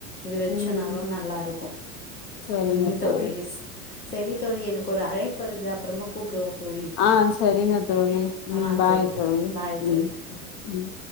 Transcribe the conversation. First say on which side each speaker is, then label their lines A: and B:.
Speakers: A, on the left; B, on the left.
A: இது வச்சனாலு
B: ம்
A: நல்லாருக் கு
B: சரிங்க
A: ம் தோழிஸ்
B: தோழி
A: சரி தோழி எனக்கு ஒரு அழைப்பு வருது அப்பறமா கூப்டவா தோழி
B: ஆ சரிங்க தோழி ம்
A: ஆ
B: பாய் தோழி
A: பாய் தோழி
B: ம் ம்